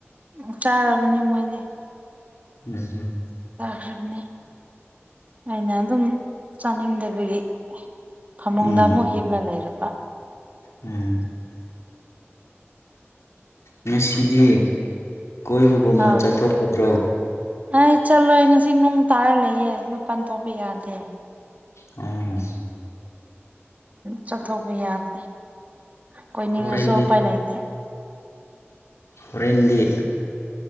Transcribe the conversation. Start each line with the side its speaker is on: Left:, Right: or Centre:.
Right: ꯎ ꯆꯥꯔꯕꯅꯦ ꯃꯣꯏꯗꯤ
Left: ꯎꯝ ꯍꯝ
Right: ꯒ꯭ꯔꯦꯕꯅꯤ ꯑꯩꯅ ꯑꯗꯨꯝ ꯆꯥꯅꯤꯡꯗꯕꯒꯤ ꯐꯃꯨꯡꯗ
Left: ꯎꯝ ꯎꯝ
Right: ꯑꯃꯨꯛ ꯍꯤꯞꯂ ꯂꯩꯔꯕ
Left: ꯎꯝ ꯉꯁꯤꯗꯤ ꯀꯣꯏꯕꯒꯨꯝꯕ
Right: ꯑꯥ
Left: ꯆꯠꯊꯣꯛꯀꯗ꯭ꯔꯣ
Right: ꯑꯩ ꯆꯠꯂꯣꯏ ꯉꯁꯤ ꯅꯅꯨꯡ ꯇꯥꯔ ꯂꯩꯌꯦꯦ ꯂꯨ ꯄꯥꯟ ꯊꯣꯛꯄ ꯌꯥꯗꯦ
Left: ꯎꯝ
Right: ꯆꯥꯛꯊꯣꯛꯄ ꯌꯥꯗꯦ ꯑꯩꯈꯣꯏ ꯅꯤꯡꯉꯁꯨ
Left: ꯍꯣꯔꯦꯟꯗꯤ
Right: ꯎꯄꯥꯏ ꯂꯩꯇꯦ
Left: ꯍꯣꯔꯦꯟꯗꯤ